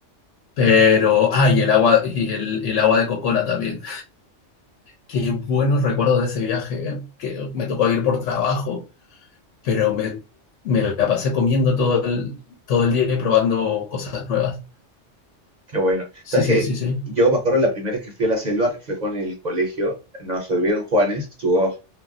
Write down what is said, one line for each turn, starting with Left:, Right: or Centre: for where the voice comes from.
Left: Pero, ah, y el agua, y el, el agua de cocona también. Qué buenos recuerdos de ese viaje, ¿eh? que me tocó ir por trabajo, pero me, me la pasé comiendo todo el, todo el día y probando cosas nuevas.
Right: Qué bueno.
Left: Sí,
Right: ¿Sabes
Left: sí,
Right: que
Left: sí, sí.
Right: Yo me acuerdo la primera vez que fui a la selva, que fue con el colegio, nos volvieron Juanes, estuvo